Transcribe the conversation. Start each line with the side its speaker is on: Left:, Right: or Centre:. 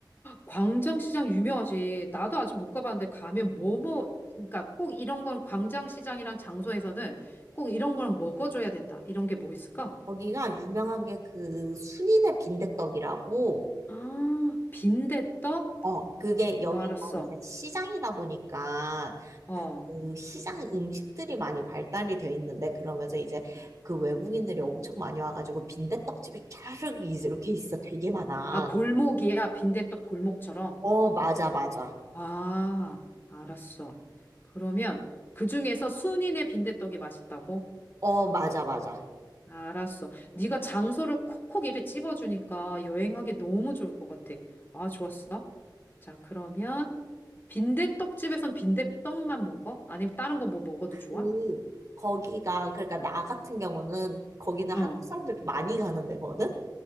Left: 광장시장 유명하지. 나도 아직 못 가봤는데 가면 뭐뭐, 그러니까 꼭 이런 건 광장시장이랑 장소에서는 꼭 이런 거는 먹어줘야 된다. 이런 게 뭐 있을까?
Right: 거기가 유명한 게 그 순이네 빈대떡이라고
Left: 아, 빈대떡?
Right: 어, 그게
Left: 어,
Right: 여기가
Left: 알았어.
Right: 이제 시장이다 보니까
Left: 어.
Right: 그 시장 음식들이 많이 발달이 돼 있는데 그러면서 이제 그 외국인들이 엄청 많이 와가지고 빈대떡집이 쫙 이렇게 있어. 되게 많아.
Left: 아, 골목이야. 빈대떡 골목처럼.
Right: 어, 맞아, 맞아.
Left: 아, 알았어. 그러면 그 중에서 순이네 빈대떡이 맛있다고?
Right: 어, 맞아, 맞아.
Left: 알았어. 네가 장소를 콕콕 이렇게 찝어주니까 여행하기 너무 좋을 것 같아. 아, 좋았어. 자, 그러면 빈대떡집에선 빈대떡만 먹어? 아니면 다른 거 뭐 먹어도
Right: 그,
Left: 좋아?
Right: 거기가, 그러니까 나 같은 경우는 거기는
Left: 어.
Right: 한국 사람들도 많이 가는 데거든?